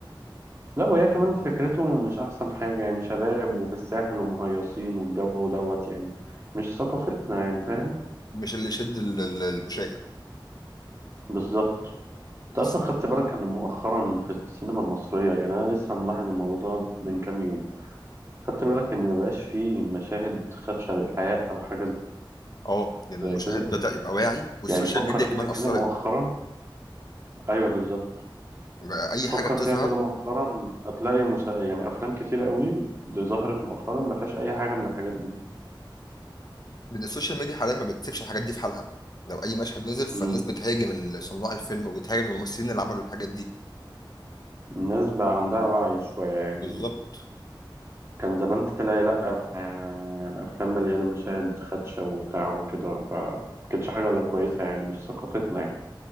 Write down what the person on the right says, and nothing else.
لا وهي كمان فكرته مش احسن حاجه يعني شباب وفي الساحل ومهيصين والجو دوت يعني مش ثقافتنا يعني فاهم
بالظبط انت
اصلا خدت بالك ان مؤخرا في السينما المصريه يعني انا لسه ملاحظ الموضوع ده من كام يوم خدت بالك ان مبقاش فيه مشاهد خدشه للحياه او حاجه
زي
كده
يعني فكر
فيها
كده
مؤخرا ايوه بالظبط
فكر
فيها كده مؤخرا هتلاقي مسا... يعني افلام كتيره قوي دي ظهرت مؤخرا ما فيهاش اي حاجه من الحاجات دي
مم.
الناس بقى عندها وعي شويه يعني
كان زمان تلاقي لا آه، الافلام مليانه مشاهد خدشه وبتاع وكده ف ما كانتش حاجه ولا كويسه يعني مش ثقافتنا يعني